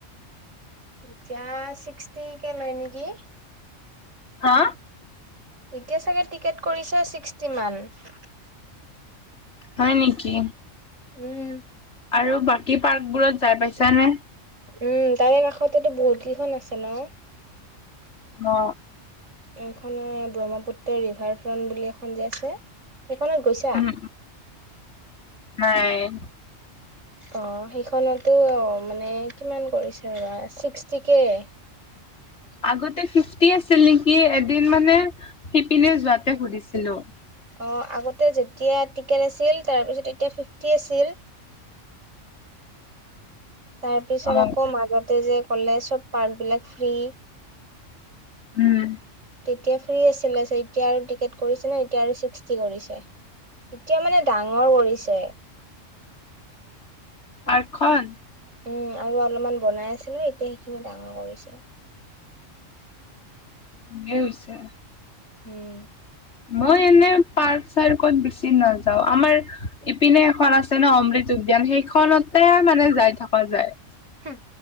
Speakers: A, on the right (about 70°); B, on the left (about 60°).
A: এতিয়া ছিক্সটি কে লয় নেকি?
B: হা?
A: এতিয়া চাগে টিকেট কৰিছে ছিক্সটি মান৷
B: হয় নেকি?
A: উম।
B: আৰু বাকী পাৰ্কবোৰত যাই পাইছানে?
A: উম তাৰে কাষতেতো বহুত কেইখন আছে ন?
B: অ।
A: এইখন ব্ৰহ্মপুত্ৰ ৰিভাৰ ফ্ৰন্ট বুলি এখন যে আছে সেইখনত গৈছা?
B: উম নাই
A: অহ সেইখনটো মানে কিমান কৰিছে ৰ'বা ছিক্সটিকে৷
B: আগতে ফিফটি আছিল নেকি এদিন মানে সিপিনে যোৱাতে সুধিছিলো৷
A: অহ আগতে যেতিয়া টিকেট আছিল তাৰপিছত তেতিয়া ফিফটি আছিল৷ তাৰ পিছত
B: অ'
A: আকৌ মাজতে যে ক'লে চব পাৰ্ক বিলাক ফ্ৰী৷
B: উম
A: তেতিয়া ফ্ৰী আছিলে এতিয়া আৰু টিকেট কৰিছে ন এতিয়া আৰু চিক্স কৰিছে এতিয়া মানে ডাঙৰ কৰিছে৷
B: পাৰ্কখন?
A: উম আৰু অলপমান বনাই আছিলে এতিয়া সেইখিনি ডাঙৰ কৰিছে।
B: ভালেই হৈছে।
A: উম।
B: মই এনে পাৰ্ক চাৰ্কত বেছি নাযাও আমাৰ ইপিনে এখন আছ ন অমৃত উদ্যান সেইখনতে মানে যাই থকা যায়।
A: হম